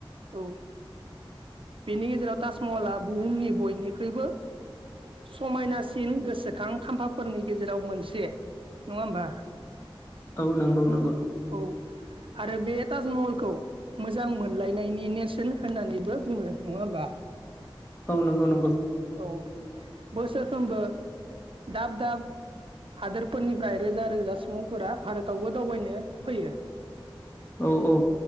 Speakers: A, on the right; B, on the left.
A: औ बेनि गेजेराव ताजमहला बुहुमनि बयनिख्रुइबो समायनासिन गोसोखां खाम्फाफोरनि गेजेराव मोनसे। नङा होमबा?
B: औ नंगौ नंगौ।
A: औ आरो बे ताजमहलखौ मोजां मोनलायनायनि नेरसोन होननानैबो बुङो नङा होमबा?
B: औ नंगौ नंगौ।
A: औ बोसोरफ्रोमबो दाब दाब हादोरफोरनिफ्राय रोजा रोजा सुबुंफोरा भारतावबो दावबायनो फैयो।
B: औ औ।